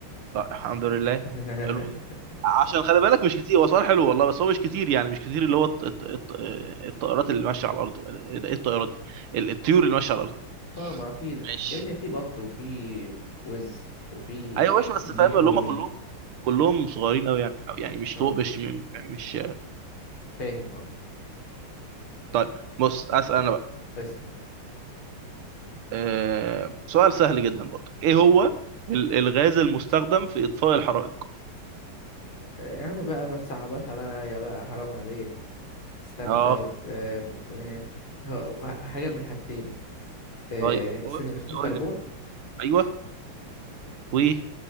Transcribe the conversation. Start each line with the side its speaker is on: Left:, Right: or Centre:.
Right: طيب الحمد لله
Left: <laughs>
Right: حلو جدا عشان خلي بالك مش كتير هو سؤال حلو والله بس هو مش كتير يعني مش كتير اللي هو الط- الط- الط- الطائرات اللي ماشيه على الارض ايه الطائرات دي ال- الطيور اللي ماشيه على الارض
Left: اه ما في
Right: ماشي
Left: يا ابني في بط وفي وز وفي
Right: ايوه ماشي بس
Left: ديك
Right: فاهم اللي
Left: رومي
Right: هم كلهم كلهم صغيرين قوي يعني أو يعني مش
Left: اه
Right: طو مش مش
Left: فاهم اه
Right: طيب بص اسال انا بقى
Left: اسأل
Right: أه سؤال سهل جدا برضه ايه هو ال- الغاز المستخدم في اطفاء الحرائق
Left: آه، يا عم بقى ما تصعبهاش عليا بقى حرام عليك استنى
Right: اه
Left: طيب آم، آه، هو- حاجة من حاجتين آه،
Right: طيب
Left: ثاني
Right: قول
Left: أكسيد
Right: قول لي
Left: الكربون
Right: قول لي. ايوه و